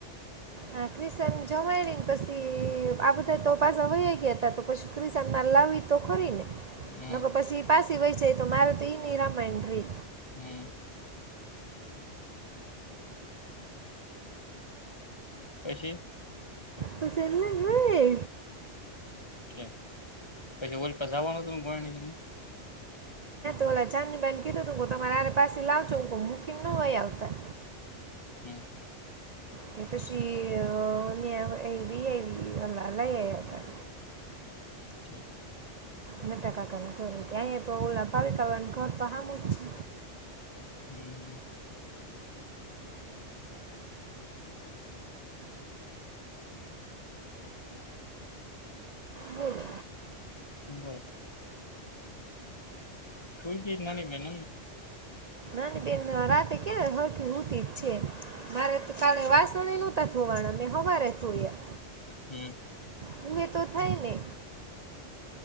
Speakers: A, on the right; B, on the left.
A: હા ક્રિસન જમાયણી ને પછી આ બધા તો પાછા વહી ગયા હતા તો પછી ક્રિસનમાં લાવી તો ખરી ને.
B: હમ
A: નકો પછી પાછી વેચાએ તો મારે તે નીરા મેન્દ્રી.
B: હમ પછી
A: પછી સેલે લઈ.
B: ઠે પછી ઓલું પશા વાળા બડ હેની.
A: બો ચાંદની બેન કીધું તું તમારે હારે પાછ લાવ છો હું મૂકીને ન હોય આવતા.
B: હમ્મ.
A: તે પછી અહ એવી એવી હ લઈ હૈ હતા.
B: ઠી.
A: ન ટાકાકા ઘર અહીંયા તો ઓ ભાવિકાવાનું ઘર તો હમુંજ છે.
B: હમ્મ, હમ્મ.
A: છે બોલો
B: બર કોઈ કી જ નાની બેન.
A: નથી બેન દ્વારા રાતે ક્યાં હરકી હુતી જ છે મારે તો કાલે વાસણ નો હતા ધોવાણાં મેં હવારે ધોયા.
B: હમ્મ.
A: હું એ તો થાય ને.